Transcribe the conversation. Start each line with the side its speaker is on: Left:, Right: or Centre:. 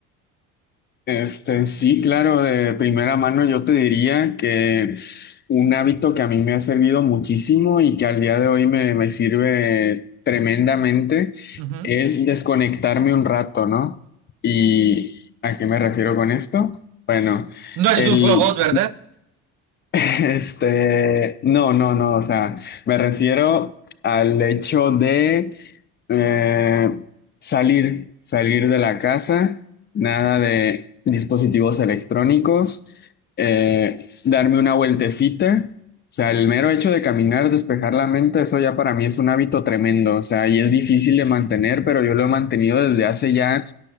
Left: Este, sí, claro, de primera mano yo te diría que un hábito que a mí me ha servido muchísimo y que al día de hoy me, me sirve tremendamente
Right: Ujú.
Left: es desconectarme un rato, ¿no? ¿Y a qué me refiero con esto? Bueno,
Right: No eres
Left: el,
Right: un robot, ¿verdad?
Left: este, no, no, no, o sea, me refiero al hecho de eh, salir, salir de la casa, nada de dispositivos electrónicos, eh, darme una vueltecita, o sea, el mero hecho de caminar, despejar la mente, eso ya para mí es un hábito tremendo, o sea, y es difícil de mantener, pero yo lo he mantenido desde hace ya,